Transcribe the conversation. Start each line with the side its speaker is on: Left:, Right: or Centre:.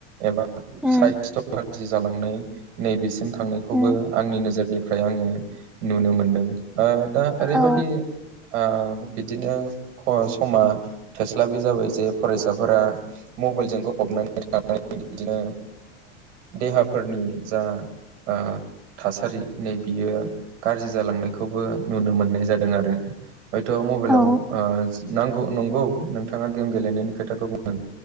Right: एबा
Centre: उम
Right: साइस्थ' गाज्रि जालांनाय नैबेसिम थांनायखौबो
Centre: उम
Right: आंनि नोजोरनिफ्राय आङो नुनो मोनदों ओ दा ओरैबायदि
Centre: औ
Right: ओ बिदिनो समा थोस्लाबि जाबाय जे फरायसाफोरा मबाइलजों गफबनानै थनाय बिदिनो देहाफोरनि जा ओ थासारि नै बियो गाज्रि जालांनायखौबो नुनो मोननाय जादों आरो हयथ' मबाइलाव
Centre: औ
Right: ओ नांगौ नंगौ नोंथाङा गेम गेलेनायनि खोथाखौ बुंदों